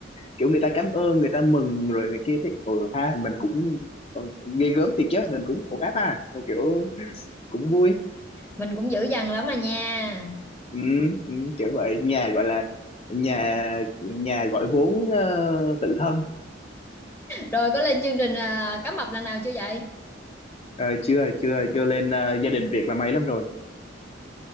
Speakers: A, on the left; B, in the centre.
A: kiểu người ta cảm ơn người ta mừng rồi này kia thấy ừ ha mình cũng ờ, ghê gớm thiệt chứ mình cũng ổn áp ha Rồi kiểu cũng vui
B: mình cũng dữ dằn lắm mà nha.
A: ừ, ừ, kiểu vậy nhà gọi là nhà nhà gọi vốn ờ, tự thân
B: Rồi có lên chương trình à, cá mập lần nào chưa vậy?
A: Ờ, chưa chưa chưa lên ờ, gia đình Việt là may lắm rồi